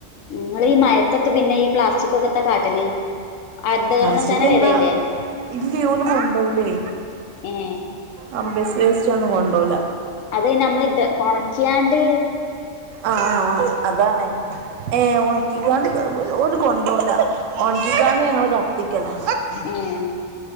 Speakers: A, on the left; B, on the right.
A: ഇങ്ങള് മഴത്തൊക്കെ പിന്നെ ഈ പ്ലാസ്റ്റിക്ക് ഒക്കെ എത്താ കാട്ടല് ഹരിതകർമ്മസേന
B: പ്ലാസ്റ്റിക് എന്താ
A: വരല്ലേ
B: ഇല്ല്യേ ഓല് കൊണ്ടോവുലെ
A: ഏ
B: ആ ബിസ് വേസ്റ്റൊന്നും കൊണ്ടോല
A: അത് ഞമ്മള് ഒണക്കിയാണ്ട്
B: ആഹ് ആഹ് ആഹ് അതാണ് ഏഹ് ഒണക്കിക്കാണ്ട് ഓല് കൊണ്ടോല ഒണക്കിക്കാണ്ട് ഞങ്ങള് കത്തിക്കലാ
A: ഏഹ്